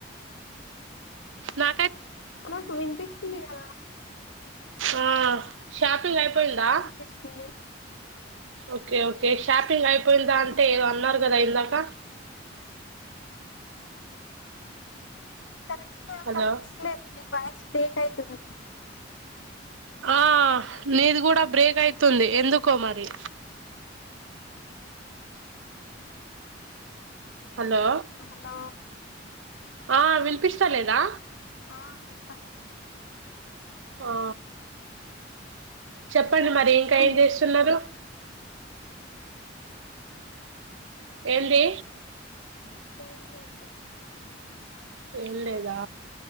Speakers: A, on the right; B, on the left.
A: నా
B: నాకు వినిపిస్తుంది గదా
A: ఆ షాపింగ్ అయిపోయిందా
B: నాకు కూడా వినిపిస్తుంది
A: ఓకే ఓకే షాపింగ్ అయిపోయిందా అంటే ఏదో అన్నారు కదా ఇందాక
B: కరెక్ట్ గా వినిపిస్తలేదు
A: హలో
B: మీ వాయిస్ బ్రేక్ అయితుంది
A: ఆ నీది గూడా బ్రేక్ అయితుంది ఎందుకో మరి హలో
B: హలో
A: ఆ వినిపిస్త లేదా
B: ఆ చెప్పండి
A: ఆ చెప్పండి
B: ఇప్పుడు వినిపిస్తుంది
A: మరి ఇంకా ఏం జేస్తున్నారు ఏంది
B: ఏం లేదు
A: ఏం లేదా